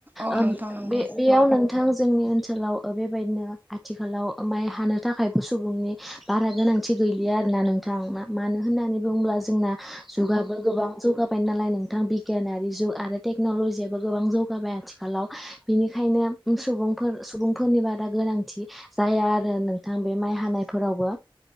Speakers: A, on the right; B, in the centre.
A: औ
B: ओ
A: नोंथां नंगौ
B: बे बेयाव नों नोंथां जोंनि ओनसोलाव बेबायदिनो आथिखालाव माइ हानो थाखायबो सुबुंनि बारा गोनां- गोनांथि गैलिया आरोना नोंथां। मानो होननानै बुं- बुंब्ला जोंना जुगाबो गोबां जौगाबाय नालाय नोंथां बिगियानारि जुग आरो टेक्न'ल'जियाबो गोबां जौगाबाय आथिखालाव बिनिखायनो सुबुंफोर सुबुंफोरनि बारा गो- नांथि जाया आरो नोंथां बे माइ हानायफोरावबो।